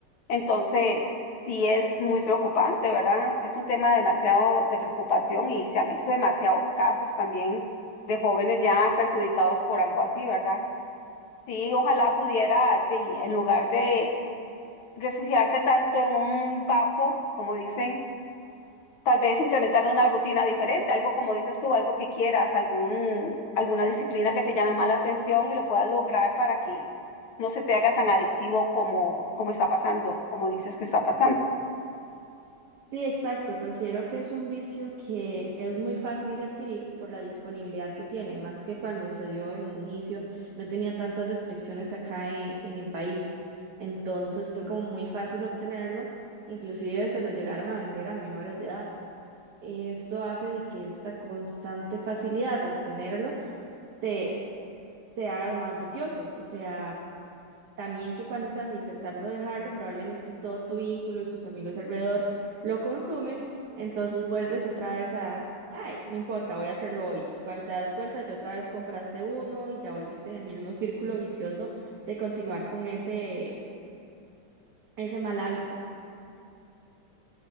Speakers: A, on the left; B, on the right.
A: entonces, sí es muy preocupante, ¿verdad? Sí Es un tema demasiado de preocupación y se han visto demasiados casos también de jóvenes ya perjudicados por algo así, ¿verdad? Sí, ojalá pudieras, ve, en lugar de refugiarte tanto en un vapo, como dicen, tal vez incrementar una rutina diferente, algo como dices tú, algo que quieras, algún, alguna disciplina que te llame más la atención y lo puedas lograr para que no se te haga tan adictivo como, como está pasando, como dices que está pasando.
B: Sí, exacto. Considero que es un vicio que es muy fácil de adquirir por la disponibilidad que tiene, más que cuando se dio en un inicio, no tenía tantas restricciones acá en, en el país. Entonces fue como muy fácil obtenerlo, inclusive se lo llegaron a vender a menores de edad. Y Esto hace de que esta constante facilidad de obtenerlo te, te haga más vicioso. O sea, también que cuando estás intentando dejarlo, probablemente todo tu vínculo y tus amigos alrededor lo consumen, entonces vuelves otra vez a, ay, no importa, voy a hacerlo hoy. Y cuando te das cuenta, ya otra vez compraste uno y ya volviste en el mismo círculo vicioso de continuar con ese, ese mal hábito.